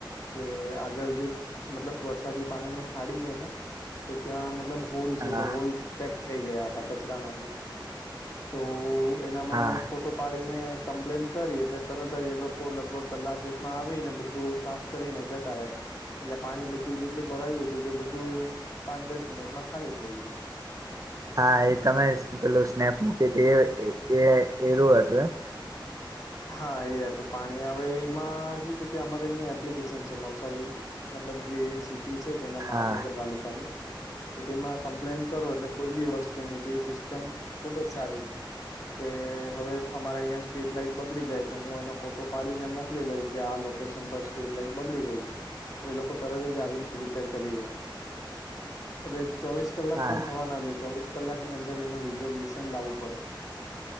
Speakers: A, on the left; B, on the right.
A: કે આગળ જે મતલબ વરસાદી પાણી ની ખાડી છે ને તો ત્યાં મતલબ હોલછે
B: હા
A: તો હોલ પેક થઈ ગયા હતા કચરાના લીધે તો એનામાં
B: હા
A: મે ફોટો પાડીને કમ્પ્લેન કરી એટલે તરત જ એ લોકો લગભગ કલાક એકમાં આવીને બધું સાફ કરીને જતા રહિયા એટલે પાણી બધું જેટલું ભરાયું હતું તે બધું પાંચ, દસ મિનિટમાં ખાલી થઈ ગયું
B: હા, એ તમે પેલું સ્નેપ મૂકી હતી એ એ એરું હતું એમ
A: હા, એ હતું પાણી હવે એમાં શું છે કે અમારે અહીંયા એપ્લિકેશન છે નવસારી મતલબ જે સિટી છે તેના મહાનગરપાલિકાનું
B: હા
A: તેમાં કમ્પ્લેન કરો એટલે કોઈ બી વસ્તુ ની જે સિસ્ટમ ખુબ જ સારી, કે હવે અમારે અહીં સ્ટ્રીટ લાઇટ બગડી જાય તો હું એનો ફોટો પાડીને મોકલી દઉં કે આ લોકેશન પર સ્ટ્રીટ લાઈટ બગડી ગઈ છે એ લોકો તરત જ આવીને રિપેર કરી જાય એટલે ચોવીસ કલાક
B: હા
A: પણ થવા ના દ ચોવીસ કલાકની અંદર એનું રિઝોલ્યુશન લાવવું પડે